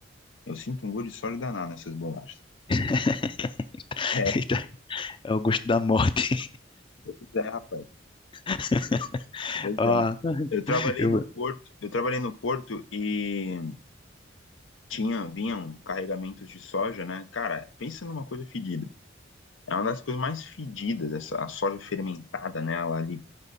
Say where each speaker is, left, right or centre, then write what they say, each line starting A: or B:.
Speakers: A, on the left; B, on the left.
A: Eu sinto um gosto de soja danado nessas bolachas.
B: <laughs>
A: É,
B: Eita, É o gosto da morte.
A: pois é, rapaz.
B: <laughs>
A: Pois
B: Ó,
A: é. Eu trabalhei
B: eu...
A: no porto, eu trabalhei no porto e tinha, vinham carregamentos de soja, né? Cara, pensa numa coisa fedida. É uma das coisas mais fedidas, essa a soja fermentada, né? Ela ali,